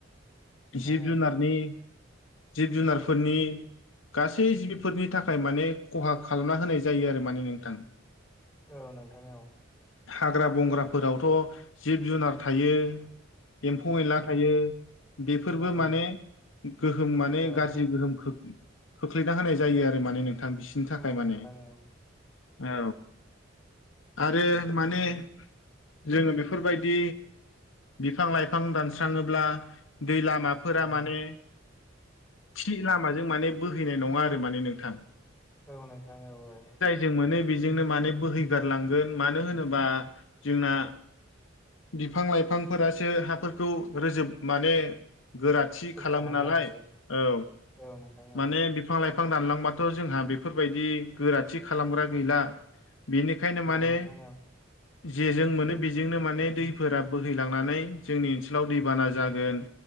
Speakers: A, on the left; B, in the centre.
A: जिब
B: औ
A: जुनारनि जिब जुनारफोरनि गासै जिबिफोरनि थाखाय माने खहा खालामना होनाय जायो आरो माने नोंथां।
B: औ नोंथां औ।
A: हाग्रा बंग्राफोरावथ' जिब जुनार थायो एम्फौ एनला थायो बेफोरबो
B: औ
A: माने गोहोम माने
B: औ
A: गाज्रि गोहोम खोख खोख्लैना होनाय जायो आरो माने नोंथां बिस नि थाखाय
B: उम
A: माने
B: नोंथां औ
A: औ आरो माने जोङो बेफोरबायदि बिफां लाइफां दानस्राङोब्ला दै लामा फोरा
B: औ
A: माने थि लामाजों माने बोहैनाय नङा आरो माने नोंथां।
B: औ नोंथां औ औ औ।
A: जों मोनो बेजोंनो माने बोहै गारलांगोन मानो होनोबा जोंना बिफां लाइफांफोरासो हाफोरखौ रोजोब माने गोराथि
B: बोगथानानै
A: खालामो नालाय
B: लाखियो
A: औ
B: औ नोंथां
A: माने
B: औ
A: बि फां-लाइफां दानलांबाथ' जोंहा बेफोरबायदि गोराथि खालामग्रा गैला। बिनिखायनो
B: औ
A: माने
B: नोंथां औ
A: जेजों मोनो बेजोंनो माने दैफोरा बोहैलांनानै जोंनि ओनसोलाव दैबाना जागोन।